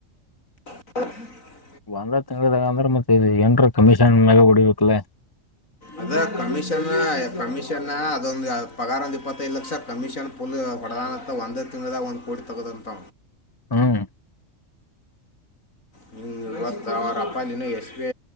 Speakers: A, on the left; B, on the left.
A: <unintelligible>
B: ಒಂದ ತಿಂಗಳದಾಗ ಅಂದ್ರ ಮತ್ತೆ ಇ ಏನ್ರ ಕಮೀಷನ್ ಮ್ಯಾಗ ಹೊಡಿಬೇಕಕ್ಲ
A: ಅದ ಕಮಿಷನ್ ಕಮಿಷನ್ ಅದೊಂದು ಪಗಾರ ಒಂದ್ ಇಪ್ಪತ್ತೈದು ಲಕ್ಷ ಕಮಿಷನ್ ಪ ಪ್ರಧಾನದಲ್ಲಿ ವಂದಕ್ಕದಾ ಒಂದು ಕೋಟಿ ತಗದುಂತ್
B: ಹುಂ
A: ಹಂಗೆ ಇವತ್ತು ಅವ್ರಪ್ಪ ನೀನು ಎಸ್ ಬಿ